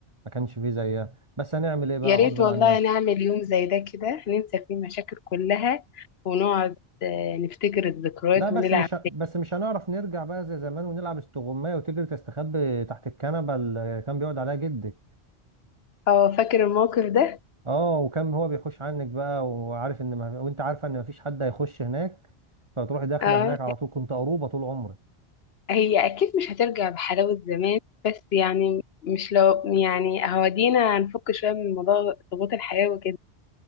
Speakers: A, on the right; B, on the left.
A: ما كانش فيه زيها بس هنعمل ايه بقى
B: يا ريت
A: غصب
B: والله
A: عننا
B: نعمل يوم زي ده كده ننسى فيه المشاكل كلها ونقعد آه، نفتكر الذكريات
A: لا بس
B: ونلعب
A: مش ه- بس مش هنعرف نرجع بقى زي زمان ونلعب استغمايه وتجري تستخبي تحت الكنبه اللي كان بيقعد عليها جدك
B: اه فاكر الموقف ده
A: اه وكان هو بيخش عنك بقى وعارف ان ما وانت عارفه ان ما فيش حد هيخش هناك فتروحي داخله
B: اه
A: هناك على طول كنت قروبه طول عمرك
B: هي أكيد مش هترجع بحلاوة زمان بس يعني مش لو يعني هودينا هنفك شوية من موضوع ضغوط الحياة وكده